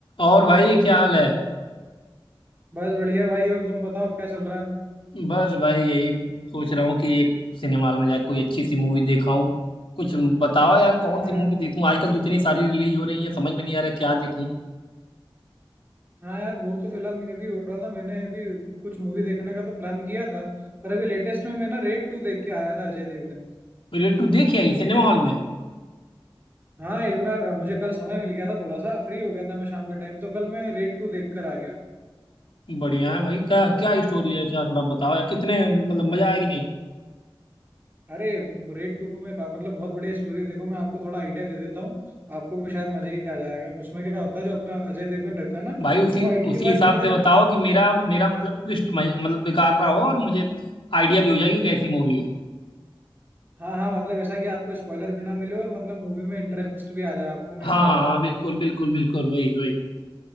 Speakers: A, on the left; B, on the right.
A: और भाई क्या हाल है
B: बस बढ़िया भाई और तुम बताओ क्या चल रहा है
A: बस भाई यही सोच रहा हूँ कि एक सिनेमा हॉल में जाकर कोई अच्छी सी मूवी देखा हूँ कुछ बताओ यार कौन
B: हाँ
A: सी
B: यार
A: मूवी देखूँ आजकल तो इतनी सारी रिलीज हो रही है समझ में नहीं आ रहा क्या देखूँ
B: हाँ यार बोर तो फिलहाल मैं भी हो रहा था मैंने अभी कुछ मूवी देखने का तो प्लान किया था पर अभी लेटेस्ट में मैं ना रेड टू देख के आया था अजय देवगन की
A: रेड टू देखी आई सिनेमा हॉल में
B: हाँ इस बार अ, मुझे कल समय मिल गया था थोड़ा सा फ्री हो गया था मैं शाम के टाइम तो कल मैं रेड टू देख कर आ गया
A: बढ़िया है भाई क्या क्या स्टोरी है क्या थोड़ा बताओ यार कितने मतलब मजा आएगी नहीं
B: अरे रेड टू में का मतलब बहुत बढ़िया स्टोरी देखो मैं आपको थोड़ा आइडिया दे देता हूँ आपको भी शायद मजा ही आ जाएगा उसमें क्या होता है जो अपना अजय देवगन रहता है ना
A: भाई उसी
B: वो आईटी
A: उसी
B: डिपार्टमेंट
A: हिसाब
B: का
A: से बताओ कि मेरा मेरा मतलब ट्विस्ट मतलब बेकार ना हो और मुझे आइडिया भी हो जाएगी कि कैसी मूवी है
B: हाँ हाँ मतलब ऐसा कि आपको स्पॉइलर भी ना मिले और मतलब मूवी में इंटरेस्ट भी आ जाए आपको मैं
A: हाँ
B: ऐसा बता
A: हाँ
B: देता
A: बिल्कुल
B: हूँ
A: बिल्कुल बिल्कुल वही वही